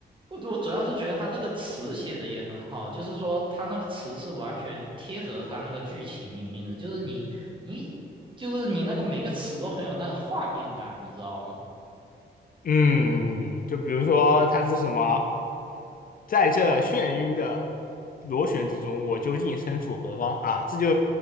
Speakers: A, on the right (about 25°); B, on the left (about 50°).
A: 我我主要是觉得他这个词写的也很好，就是说他那个词是完全贴合他那个剧情里面的，就是你你就是你那个每个词都很有那个画面感，你知道吗？
B: 嗯，嗯嗯就比如说它是什么，在这眩晕的螺旋之中，我究竟身处何方啊？这就